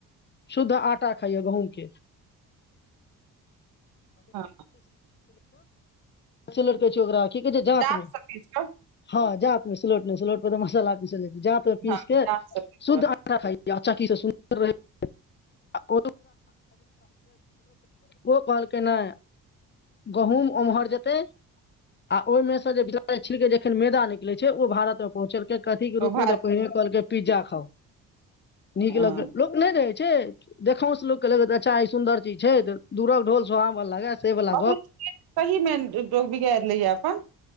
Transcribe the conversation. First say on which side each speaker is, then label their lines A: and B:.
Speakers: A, on the left (about 30°); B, on the right (about 85°).
A: शुद्ध आटा खाइयए गहूम के
B: हँ
A: क <unintelligible> ठीके छै जातमे
B: जात सँ बेच कऽ
A: हँ जातमे सुलोटमे सुलोट पर त मसाला आी स जात पीस
B: हँ
A: के
B: जात सँ बेच
A: शुद्ध
B: कऽ
A: आटा खाइ या आ चक्की स सुन्दर रहैया ओ ओ कहलके न गहूँम ओम्हर जतऽ आ ओहिमे से जेच छ जखन मैदा निकलै छै ओ भारत तऽ पहुँचलके कथी के रूप
B: ओ भारत
A: मे तऽ कहहिने कहलके पिज्जा खाउ नीक
B: हँ
A: लगै लोक नहि जाइ छै देखोंस से लोकके लै अच्छा ई सुन्दर चीज छैऽ दूरक ढोल सोहाबन लगा से वला
B: बहुत
A: गप
B: सही मे लोग बिगाड़ि लैये अपन